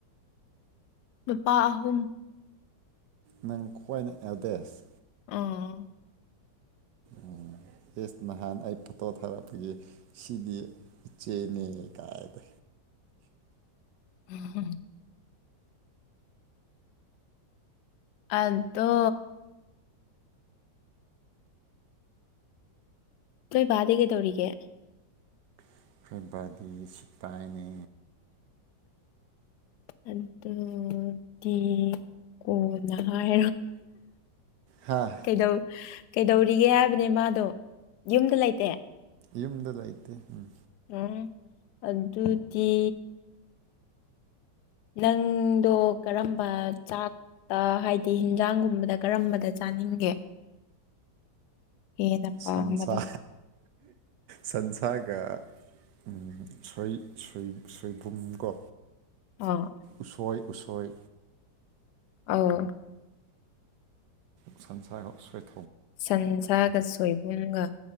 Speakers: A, on the left; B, on the right.
A: ꯅꯨꯄꯥ ꯑꯍꯨꯝ
B: ꯅꯪ ꯈ꯭ꯋꯥꯏꯅ ꯑꯦꯜꯗꯦꯁ
A: ꯑꯣ
B: ꯎꯝ ꯑꯦꯁ ꯅꯍꯥꯟ ꯑꯩ ꯐꯣꯇꯣ ꯊꯥꯔꯛꯄꯒꯤ ꯁꯤꯗꯤ ꯆꯦꯅꯦ ꯀꯥꯏ ꯇ
A: ꯎꯝꯍꯝ ꯑꯥꯗꯣ ꯇꯣꯏ ꯕꯥꯥꯗꯤ ꯀꯩꯗꯧꯔꯤꯒꯦ
B: ꯑꯩꯈꯣꯏ ꯕꯥꯗꯤ ꯁꯤꯄꯥꯏꯅꯤ
A: ꯑꯗꯨꯗꯤ ꯀꯣꯟꯅ ꯍꯥꯏ
B: ꯍꯥ
A: ꯀꯩꯪꯗꯧ ꯀꯩꯗꯧꯔꯤꯒꯦ ꯍꯥꯏꯕꯅꯦ ꯃꯥꯗꯣ ꯌꯨꯝꯗ ꯂꯩꯇꯦ
B: ꯌꯨꯝꯗ ꯂꯩꯇꯦ ꯎꯝ
A: ꯎꯝ ꯑꯗꯨꯗꯤ ꯅꯪꯗꯣ ꯀꯔꯝꯕ ꯆꯥꯛ ꯇꯥ ꯍꯥꯏꯗꯤ ꯍꯤꯟꯖꯥꯡꯒꯨꯝꯕꯗ ꯀꯔꯝꯕꯗ ꯆꯥꯅꯤꯡꯒꯦ ꯍꯦꯟꯅ ꯄꯥꯝꯕꯗꯣ
B: ꯁꯟꯁꯥ ꯁꯟꯁꯥꯒꯤ ꯎꯝ ꯁꯣꯏ ꯁꯣꯏ ꯁꯣꯏꯕꯨꯝ ꯀꯣ
A: ꯑꯥ
B: ꯎꯁꯣꯏ ꯎꯁꯣꯏ
A: ꯑꯧ
B: ꯁꯟꯁꯥ ꯁ꯭ꯋꯦꯠ
A: ꯁꯟꯁꯥꯒ ꯁꯣꯏꯕꯨꯝꯒ